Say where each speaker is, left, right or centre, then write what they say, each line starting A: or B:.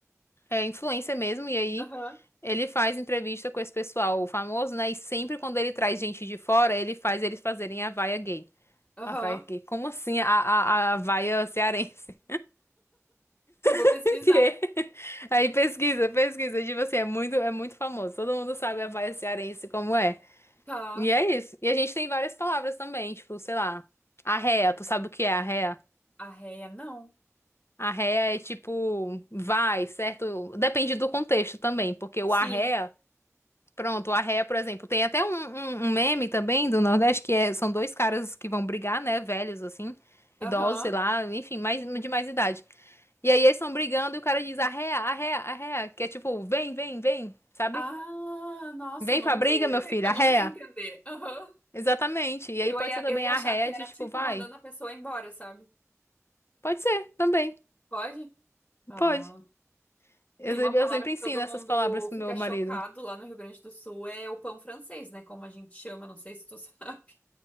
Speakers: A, on the left (about 50°); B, on the left (about 20°).
A: É influência mesmo, e aí
B: aham,
A: ele faz entrevista com esse pessoal famoso, né? E sempre quando ele traz gente de fora, ele faz eles fazerem a vaia gay.
B: aham.
A: A vaia gay? Como assim a, a, a vaia cearense?
B: Eu vou
A: <laughs>
B: pesquisar.
A: Que- Aí pesquisa, pesquisa, tipo assim, é muito, é muito famoso. Todo mundo sabe a vaia cearense como é.
B: Tá.
A: E é isso. E a gente tem várias palavras também, tipo, sei lá, arréia, tu sabe o que é arréia?
B: Arreia, não.
A: Arréia é tipo, vai, certo? Depende do contexto também, porque o
B: Sim.
A: arréia. Pronto, a ré, por exemplo, tem até um, um- um meme também do Nordeste que é- são dois caras que vão brigar, né? Velhos, assim,
B: Aham.
A: idosos, sei lá, enfim, mais, de mais idade. E aí eles estão brigando e o cara diz arréa, arréa, arréa, que é tipo, vem, vem, vem, sabe?
B: Ah, nossa,
A: Vem
B: eu nunca
A: pra briga,
B: ia,
A: meu filho,
B: eu
A: arréa.
B: não ia entender. Aham.
A: Exatamente. E
B: Eu
A: aí pode
B: ia,
A: ser também
B: eu ia
A: arréa
B: achar que era
A: de tipo,
B: tipo
A: vai.
B: mandando a pessoa embora, sabe?
A: Pode ser, também,
B: Pode? Ah,
A: pode. Eu,
B: tem
A: se-
B: uma palavra
A: eu sempre
B: que
A: ensino
B: todo mundo
A: essas palavras pro
B: fica
A: meu
B: chocado
A: marido.
B: lá no Rio Grande do Sul, é o pão francês, né? Como a gente chama, não sei se tu <laughs> sabe.